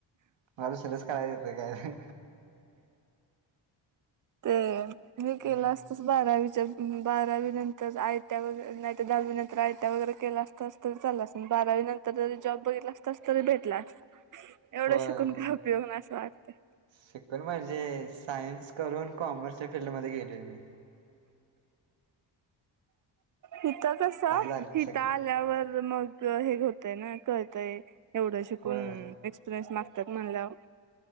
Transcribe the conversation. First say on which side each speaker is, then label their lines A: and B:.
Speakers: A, on the right; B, on the right.
A: मला दुसरच करायच येतं काय.
B: ते हे केलास
A: हम्म
B: सस बारावीच्या बारावीनंतर आय टी आय वगैरे नाहीतर दहावीनंतर आय टी आय वगैरे केल्या असतास तरी चाललं असेन बारावी नंतर जरी जॉब बघितला असता तस तरी भेटला असता. एवढं
A: होय
B: शिकून काय उपयोग नाय असं वाटते.
A: शिकून म्हणजे सायन्स करून कॉमर्सच्या फीलडमध्ये गेलोय मी.
B: हिथं कसं
A: असं झालं
B: हिथं
A: सगळं
B: आल्यावर मग हे होतय ना कळतय एवढं शिकून
A: होय
B: एक्सपिरियन्स मागतात म्हणल्यावर.